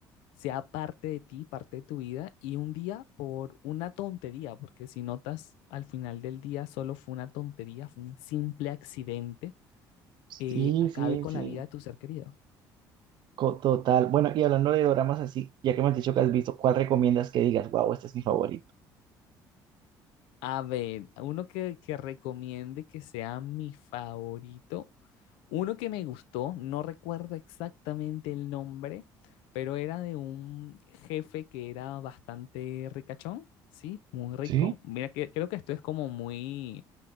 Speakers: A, on the left; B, on the right.
A: sea parte de ti, parte de tu vida, y un día por una tontería, porque si notas al final del día solo fue una tontería, fue un simple accidente,
B: sí,
A: eh, acabe
B: sí,
A: con
B: sí.
A: la vida de tu ser querido.
B: Co- total. Bueno, y hablando de doramas así, ya que me has dicho que has visto, ¿cuál recomiendas que digas, wow, este es mi favorito?
A: A ver, uno que, que recomiende que sea mi favorito, uno que me gustó, no recuerdo exactamente el nombre, pero era de un jefe que era bastante ricachón, ¿sí? Muy rico.
B: Sí.
A: Mira, que, creo que esto es como muy